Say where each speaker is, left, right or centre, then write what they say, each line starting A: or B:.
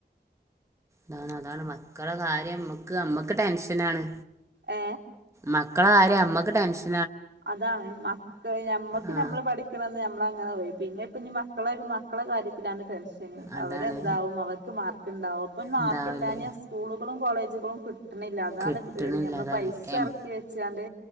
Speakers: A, on the right (about 15°); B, on the right (about 75°).
A: താണ് അതാണ് മക്കള കാര്യംമ്മക്ക് നമ്മക്ക് ടെൻഷനാണ്
B: ഏ
A: മക്കള കാര്യം അമ്മക്ക് ടെൻഷ്
B: അതാണ് മക്കള് ഞമ്മക്ക്
A: ആ
B: നമ്മള് പഠിക്കണന്ന് നമ്മള അങ്ങനെ പോയി പിന്നെ ഇപ്പ ഇ മക്കളെ ഒരു മക്കളെ കാര്യത്തിലാണ് ടെൻഷ
A: അതാണ്
B: അവരെന്താവും അവർക്ക് മാർക്ക്ണ്ടാവും അപ്പം
A: എന്താവല്
B: മാർക്ക ഇില്ലാൽ സ്കൂളുകളും കോളേജുകളും കി പട്ടല്ല അതാണ്
A: കിട്ടണില്ല
B: നമ്മൾ
A: അതാണ്
B: പൈസ
A: എം
B: ഇറക്കി വെച്ചാണ്ട്